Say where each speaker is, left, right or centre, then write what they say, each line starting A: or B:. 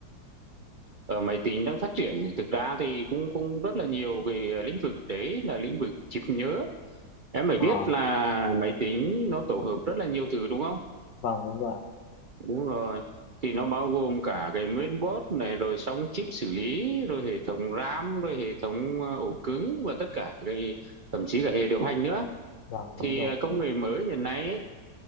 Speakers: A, on the right; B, on the left.
A: ở máy tính đang phát triển thì thực ra thì cũng cũng rất là nhiều cái lĩnh vực đấy là lĩnh vực chip nhớ em phải
B: Ờ,
A: biết là máy tính nó tổ hợp rất là nhiều thứ đúng không
B: vâng, đúng rồi ạ.
A: Đúng rồi. Thì nó bao gồm cả cái main board này rồi xong chip xử lý rồi hệ thống RAM rồi hệ thống ờ, ổ cứng và tất cả cái thậm chí cả hệ điều hành nữa.
B: Vâng, đúng
A: Thì
B: rồi.
A: ờ,
B: Đúng
A: công
B: rồi.
A: nghệ mới hiện nay ấy,